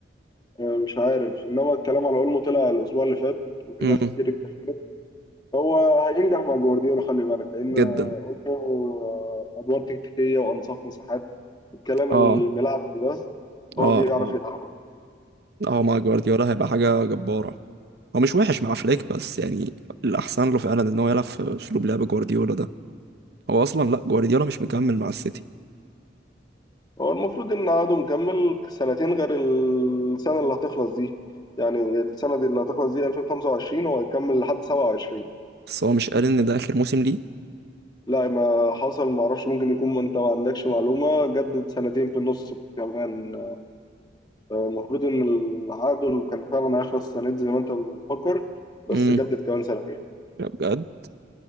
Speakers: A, on the left (about 25°); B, on the right (about 60°).
A: آه، مش عارف انما الكلام على اولمو طلع الاسبوع اللي فات وفي
B: امم
A: ناس كتير اتكلمت. هو هينجح مع جوارديولا خلي بالك لان
B: جدا
A: آه، اولمو آه، ادوار تكتيكيه وانصاف مساحات الكلام
B: اه
A: الملعب ده بس
B: اه
A: هو بيعرف
B: اه
A: يلعبه
B: اه مع جوارديولا هيبقى حاجة جبارة هو مش وحش مع فليك بس يعني الأحسن له فعلا إن هو يلعب في أسلوب لعب جوارديولا ده هو أصلا لأ جوارديولا مش مكمل مع السيتي
A: هو المفروض ان عقده مكمل سنتين غير السنه اللي هتخلص دي يعني السنه دي اللي هتخلص دي 2025 هو هيكمل لحد 27
B: بس هو مش قال إن ده آخر موسم ليه
A: لا ما حصل ما اعرفش ممكن يكون ما انت ما عندكش معلومه جدد سنتين في النص كمان المفروض إن العقد اللي كان فعلا هيخلص السنة دي زي ما أنت بتفكر بس
B: امم
A: جدد كمان سنتين
B: بجد